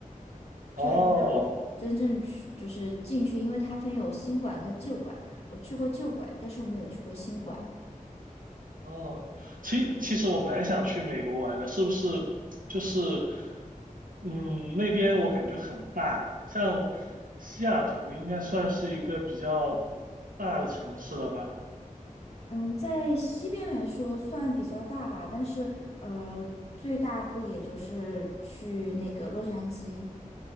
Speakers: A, on the right (about 75°); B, on the left (about 50°).
A: 哦
B: 就还没有真正去，就是进去，因为它分有新馆跟旧馆。我去过旧馆，但是我没有去过新馆。
A: 哦，其其实我蛮想去美国玩的，是不是？就是，嗯，那边我感觉很大，像西雅图应该算是一个比较大的城市了吧？
B: 嗯，在西边来说算比较大吧，但是呃，最大不也就是去那个洛杉矶？